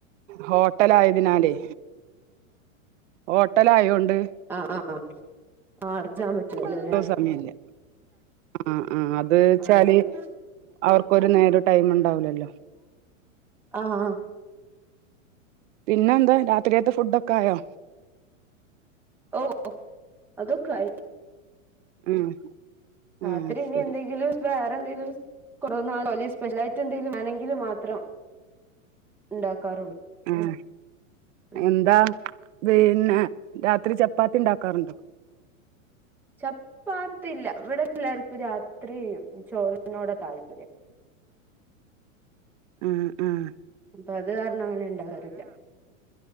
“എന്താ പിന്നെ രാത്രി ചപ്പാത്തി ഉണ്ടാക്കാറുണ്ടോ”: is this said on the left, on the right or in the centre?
Right